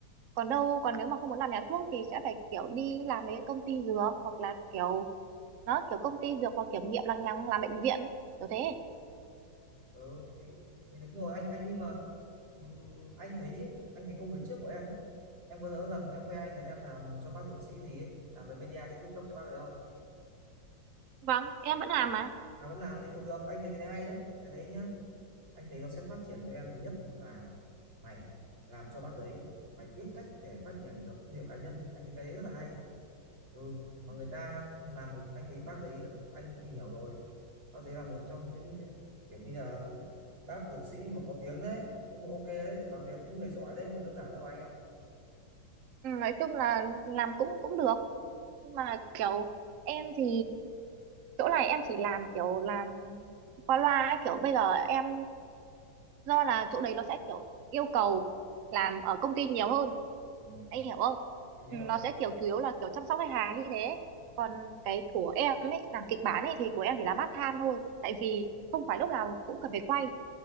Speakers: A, on the right; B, on the right.
A: còn đâu còn nếu mà không muốn làm nhà thuốc thì sẽ phải kiểu đi làm mấy công ty dược hoặc là kiểu nó kiểu công ty dược hoặc kiểm nghiệm lằng nhằng làm bệnh viện kiểu thế
B: ừ, thì thì đúng rồi anh anh nhưng mà ừm, anh thấy ấy, anh thấy công việc trước của em ấy em có nhớ lần em khoe anh là em làm cho bác dược sĩ gì ấy làm về media trên TikTok cho bác đấy không
A: Vâng, em vẫn làm mà.
B: mà vẫn làm thì ừ, được anh thấy cái đấy hay đấy cái đấy nhá anh thấy nó sẽ phát triển cho em thứ nhất là mày làm cho bác đấy mày biết cách để phát triển được thương hiệu cá nhân anh thấy cái đấy rất là hay ừ mà người ta làm một anh thấy bác đấy anh đã tìm hiểu rồi bác đấy là một trong những cái kiểu như là bác dược sĩ mà có tiếng đấy cũng ok đấy được làm việc với những người giỏi đấy không phải đơn giản đâu anh ạ
A: Ừ, nói chung là làm cũng cũng được nhưng mà kiểu em thì chỗ này em chỉ làm kiểu làm qua loa ấy kiểu bây giờ em do là chỗ đấy nó sẽ kiểu yêu cầu làm ở công ty nhiều hơn
B: ừ,
A: anh hiểu không
B: em biết
A: ừ,
B: rồi
A: nó sẽ kiểu chủ yếu là kiểu chăm sóc khách hàng như thế
B: ừ.
A: còn cái của em ấy làm kịch bản ấy thì của em chỉ là part time thôi tại vì không phải lúc nào cũng cần phải quay